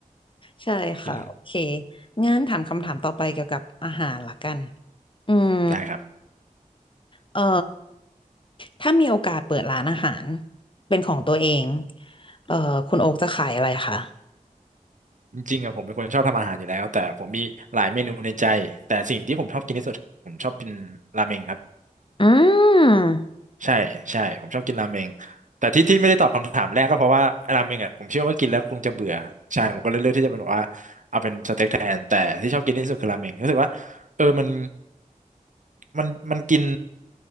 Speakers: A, on the left; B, on the right.
A: ใช่ค่ะโอเค
B: กิน
A: งั้นถามคำถามต่อไปเกี่ยวกับอาหารละกันอืม
B: ได้ครับ
A: เอ่อถ้ามีโอกาสเปิดร้านอาหารเป็นของตัวเองเอ่อคุณโอ๊กจะขายอะไรคะ
B: จริงๆอะผมเป็นคนชอบทำอาหารอยู่แล้วแต่ผมมีหลายเมนูในใจแต่สิ่งที่ผมชอบกินที่สุดผมชอบกินราเมงครับ
A: อืม
B: ใช่ใช่ผมชอบกินราเมงแต่ที่ที่ไม่ได้ตอบคำถามแรกก็เพราะว่าราเมงอ่ะผมเชื่อว่ากินแล้วคงจะเบื่อใช่ผมก็เลยเลือกที่จะเป็นแบบว่าเอาเป็นสเต็กแทนแต่ที่ชอบกินที่สุดคือราเมงรู้สึกว่าเออมันมันมันกิน